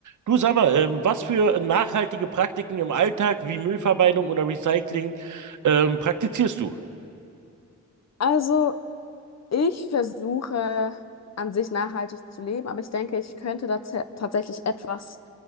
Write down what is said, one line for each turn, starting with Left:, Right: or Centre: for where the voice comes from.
Right: Du sag mal, ähm, was für nachhaltige Praktiken im Alltag wie Müllvermeidung oder Recycling ähm, praktizierst du?
Left: Also, ich versuche an sich nachhaltig zu leben, aber ich denke, ich könnte da ta- tatsächlich etwas